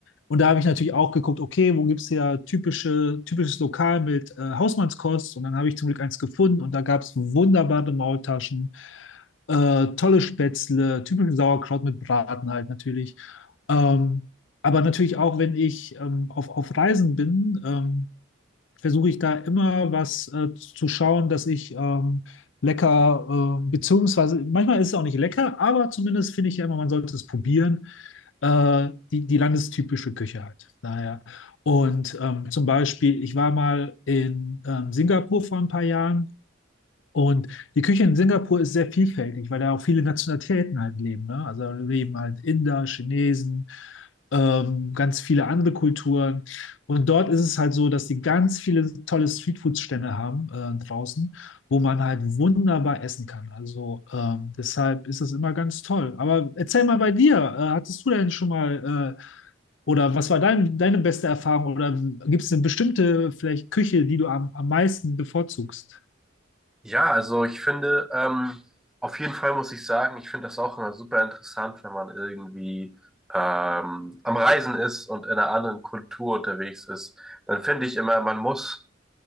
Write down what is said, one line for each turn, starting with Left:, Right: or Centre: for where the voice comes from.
Left: und da habe ich natürlich auch geguckt, okay, wo gibt es ja typische, typisches Lokal mit äh, Hausmannskost und dann habe ich zum Glück eins gefunden und da gab es wunderbare Maultaschen, äh, tolle Spätzle, typischen Sauerkraut mit Braten halt natürlich. Ähm, aber natürlich auch, wenn ich ähm, auf, auf Reisen bin, ähm, versuche ich da immer was äh, zu schauen, dass ich ähm, lecker, äh, beziehungsweise manchmal ist es auch nicht lecker, aber zumindest finde ich ja immer, man sollte es probieren, äh, die, die landestypische Küche halt. Daher. Und ähm, zum Beispiel, ich war mal in ähm, Singapur vor ein paar Jahren und die Küche in Singapur ist sehr vielfältig, weil da auch viele Nationalitäten halt leben. Ne? Also da leben halt Inder, Chinesen, ähm, ganz viele andere Kulturen. Und dort ist es halt so, dass die ganz viele tolle Streetfood-Stände haben äh, draußen, wo man halt wunderbar essen kann. Also ähm, deshalb ist das immer ganz toll. Aber erzähl mal bei dir, äh, hattest du denn schon mal äh, oder was war dein, deine beste Erfahrung oder gibt es eine bestimmte vielleicht Küche, die du am, am meisten bevorzugst?
Centre: Ja, also ich finde, ähm, auf jeden Fall muss ich sagen, ich finde das auch immer super interessant, wenn man irgendwie ähm, am Reisen ist und in einer anderen Kultur unterwegs ist. Dann finde ich immer, man muss